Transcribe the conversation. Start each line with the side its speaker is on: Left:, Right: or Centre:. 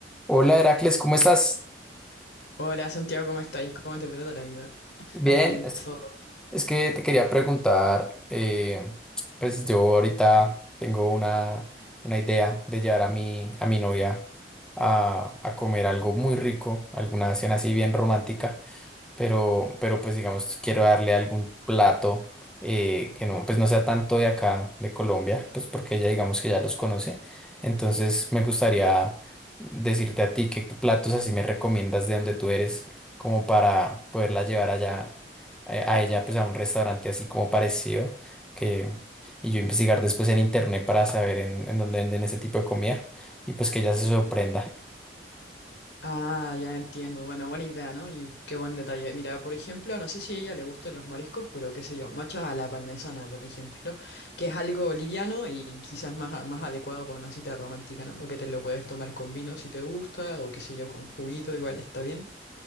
Centre: Hola Heracles, ¿cómo estás?
Left: Hola Santiago, ¿cómo estáis? ¿Cómo te trata la vida?
Centre: Bien,
Left: Aquí bien
Centre: es,
Left: todo.
Centre: es que te quería preguntar, eh, pues yo ahorita tengo una, una idea de llevar a mi, a mi novia a, a comer algo muy rico, alguna cena así bien romántica. pero, pero pues digamos, quiero darle algún plato eh, que no, pues no sea tanto de acá, de Colombia, pues porque ella digamos que ya los conoce. Entonces me gustaría decirte a ti qué platos así me recomiendas de donde tú eres, como para poderla llevar allá, eh, a ella, pues a un restaurante así como parecido, que, y yo investigar después en internet para saber en, en dónde venden ese tipo de comida y pues que ella se sorprenda.
Left: Ah, ya entiendo. Bueno, buena idea, ¿no? Y qué buen detalle. Mira, por ejemplo, no sé si a ella le gustan los mariscos, pero qué sé yo, machos a la parmesana, por ejemplo, que es algo liviano y quizás más, a- más adecuado para una cita romántica, ¿no? Porque te lo puedes tomar con vino si te gusta, o qué sé yo, con juguito, igual está bien.